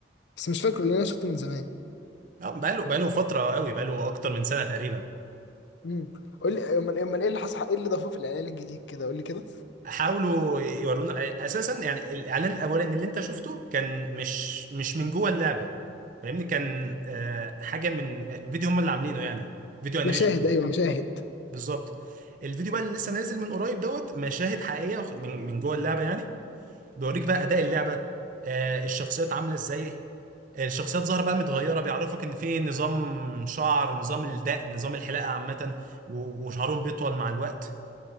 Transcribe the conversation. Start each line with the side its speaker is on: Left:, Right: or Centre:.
Left: بس مش فاكره لان انا شفته من زمان
Right: آه، بقى له بقى له فتره قوي بقى له اكتر من سنه تقريبا
Left: امم قول لي امال امال ايه اللي حصل ايه اللي ضافوه في الاعلان الجديد كده قول لي كده
Right: حاولوا يورونا اساسا يعني الاعلان الاولاني اللي انت شفته كان مش مش من جوه اللعبه فاهمني كان آه حاجه من فيديو هم اللي عاملينه يعني فيديو انيميشن
Left: مشاهد ايوه مشاهد
Right: بالظبط الفيديو بقى اللي لسه نازل من قريب دوت مشاهد حقيقيه وخ- من من جوه اللعبه يعني بيوريك بقى اداء اللعبه آه الشخصيات عامله ازاي آه، الشخصيات ظاهره بقى متغيره بيعرفك ان في نظام شعر نظام الدقن نظام الحلاقه عامه و- وشعرهم بيطول مع الوقت